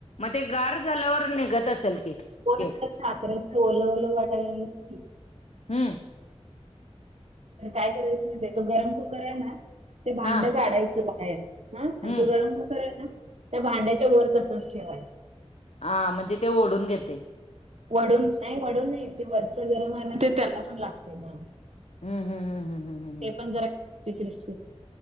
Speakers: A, on the left (about 70°); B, on the right (about 70°).
A: मते गार झाल्यावर निघत असेल की.
B: परत
A: केक
B: ते साखरेच ओल ओल वाटाय लागल
A: हम्म.
B: तर काय करायचं माहिती. तो गरम कुकर आहे ना, ते भांडच
A: हा
B: आडायचं बाहेर. हा आणि
A: हम्म
B: तो गरम कुकर आहे ना त्या भांड्याच्या वर तसच ठेवाय.
A: आ म्हणजे ते ओढून घेतय.
B: वडून नाही वडून नाही ते वरच गरम आहे ना ते त्याला पण लागत्यना.
A: हम्म हम्म हम्म हम्म हम्म. हम्म.
B: ते पण जरा किसमीस.